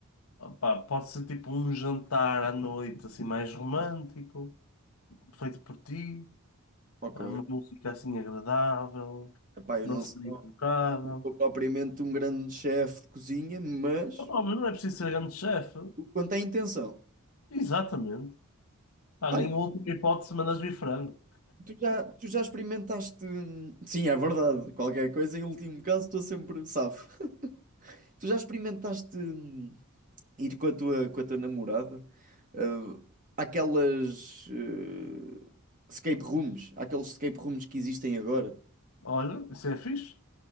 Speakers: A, on the left; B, on the right.
A: pá, pode ser tipo um jantar à noite assim mais romântico, feito por ti,
B: Ok.
A: eh, uma música assim agradável,
B: Epá, eu
A: não
B: não
A: seria
B: sou,
A: impecável.
B: não sou propriamente um grande chefe de cozinha, mas
A: Oh, mas não é preciso ser grande chefe.
B: quanto à intenção.
A: Exatamente. Pá,
B: Olha,
A: nem última hipótese mandas vir frango.
B: tu já, tu já experimentaste. hum, Sim, é verdade. Qualquer coisa, em último caso, estou sempre safo. <laughs> Tu já experimentaste hum, ir com a tua, com a tua namorada? ah, Aquelas eh, escape rooms, aqueles escape rooms que existem agora.
A: Olha, isso é fixe.